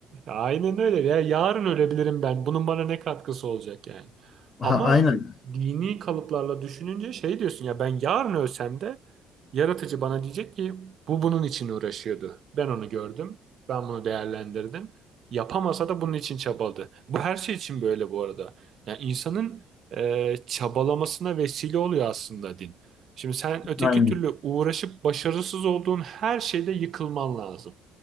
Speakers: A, on the right; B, on the left.
A: Aynen öyle. Ya yarın ölebilirim ben. Bunun bana ne katkısı olacak yani?
B: Ha,
A: Ama
B: aynen.
A: dini kalıplarla düşününce şey diyorsun ya ben yarın ölsem de yaratıcı bana diyecek ki bu bunun için uğraşıyordu. Ben onu gördüm. Ben bunu değerlendirdim. Yapamasa da bunun için çabaladı. Bu her şey için böyle bu arada. Yani insanın e, çabalamasına vesile oluyor aslında din. Şimdi sen öteki
B: Aynen.
A: türlü uğraşıp başarısız olduğun her şeyde yıkılman lazım.